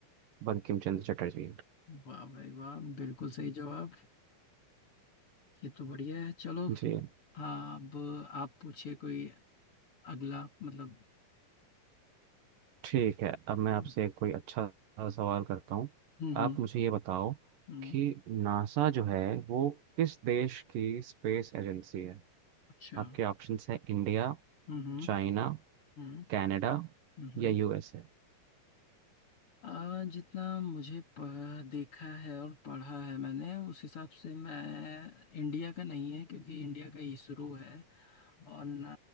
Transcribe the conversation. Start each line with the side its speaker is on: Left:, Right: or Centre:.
Right: बंकिम चंद्र चटर्जी है
Left: वाह भाई वाह बिल्कुल सही जवाब ये तो बढ़िया है चलो
Right: जी
Left: हाँ अब आप पूछिए कोई अगला मतलब
Right: ठीक है अब मैं आपसे
Left: हम्म
Right: कोई अच्छा सा सवाल करता हूँ
Left: हम्म
Right: आप मुझे ये बताओ
Left: हम्म,
Right: कि नासा जो है वो किस देश की स्पेस एजेंसी है
Left: अच्छा
Right: आपके ऑप्शंस है इंडिया
Left: हम्म
Right: चाइना
Left: हम्म
Right: कनाडा
Left: हम्म हम्म।
Right: या यूएसए
Left: आ, जितना मुझे पढ़, देखा है और पढ़ा है मैंने उस हिसाब से मैं इंडिया का नहीं है क्योंकि इंडिया का इसरो है और ना